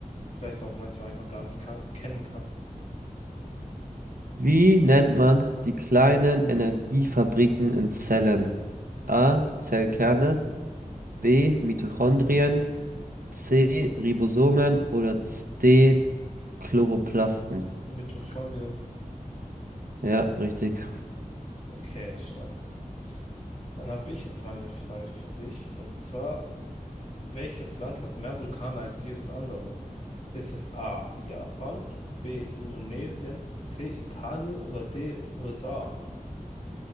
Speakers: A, on the left; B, on the right.
A: vielleicht auch manchmal einfach gar nicht kan kennen kann.
B: Wie nennt man die kleinen Energiefabriken in Zellen? A. Zellkerne, B. Mitochondrien, C. Ribosomen oder D. Chloroplasten.
A: Mitochondrien.
B: Ja, richtig.
A: Okay, ist stark. Dann habe ich jetzt mal eine Frage für dich. Und zwar, welches Land hat mehr Vulkane als jedes andere? Ist es A, Japan, B, Indonesien, C, Italien oder D, USA?